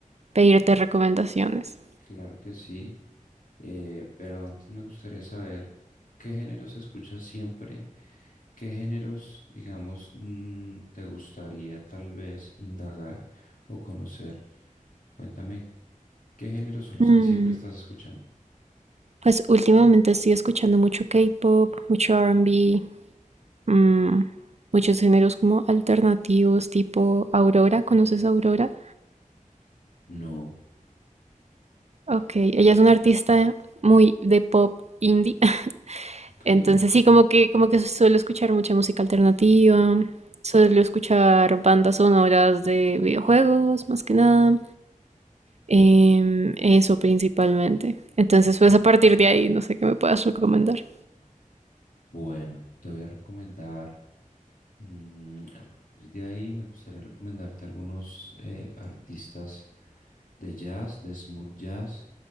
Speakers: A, on the right (about 50°); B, on the left (about 75°).
A: pedirte recomendaciones.
B: Claro que sí, eh, pero antes me gustaría saber qué géneros escuchas siempre, qué géneros, digamos, mm, te gustaría tal vez indagar o conocer. Cuéntame, ¿qué géneros son los
A: Mm,
B: que siempre estás escuchando?
A: Pues últimamente estoy escuchando mucho K-pop, mucho R&B, mm, muchos géneros como alternativos, tipo Aurora, ¿conoces a Aurora?
B: No,
A: Ok, ella es una artista muy de pop indie. <laughs>
B: ok,
A: Entonces sí, como que, como que suelo escuchar mucha música alternativa, suelo escuchar bandas sonoras de videojuegos, más que nada. em, eso principalmente. Entonces, pues a partir de ahí, no sé qué me puedas recomendar.
B: bueno, te voy a recomendar. Mm, a partir de ahí me gustaría recomendarte algunos eh, artistas de jazz, de smooth jazz